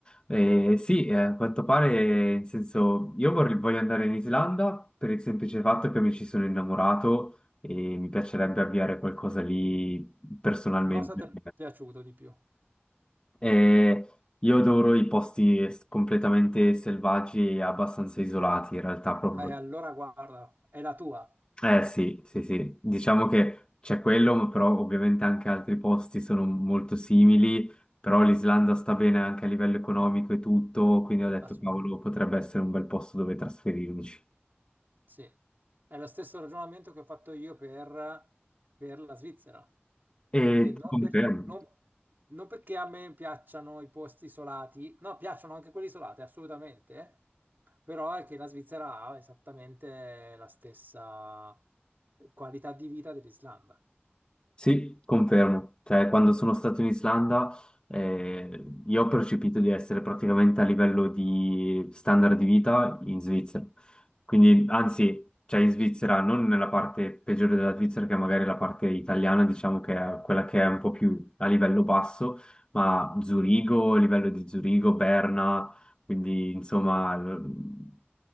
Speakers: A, on the left (about 25°); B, on the right (about 50°).
A: Eh, sì, eh, a quanto pare, in senso, io vorrei- voglio andare in Islanda per il semplice fatto che mi ci sono innamorato e mi piacerebbe avviare qualcosa lì personalmente.
B: Cosa ti è piaciuto di più?
A: Eh, io adoro i posti s- completamente selvaggi e abbastanza isolati, in realtà proprio.
B: Eh, allora guarda, è la tua,
A: Eh sì, sì, sì, diciamo che c'è quello, ma però ovviamente anche altri posti sono molto simili, però l'Islanda sta bene anche a livello economico e tutto, quindi ho detto,
B: assolutamente.
A: cavolo, potrebbe essere un bel posto dove trasferirmici.
B: Sì, è lo stesso ragionamento che ho fatto io per, per la Svizzera,
A: E
B: che non,
A: ti confermo.
B: per- non- non perché a me piacciono i posti isolati, no, piacciono anche quelli isolati, assolutamente, eh, però è che la Svizzera ha esattamente la stessa qualità di vita dell'Islanda.
A: Sì, confermo. Cioè, quando sono stato in Islanda, eh, io ho percepito di essere praticamente a livello di standard di vita in Svizzera. Quindi, anzi, cioè in Svizzera, non nella parte peggiore della Svizzera, che è magari la parte italiana, diciamo che è quella che è un po' più a livello basso, ma Zurigo, livello di Zurigo, Berna, quindi insomma, l-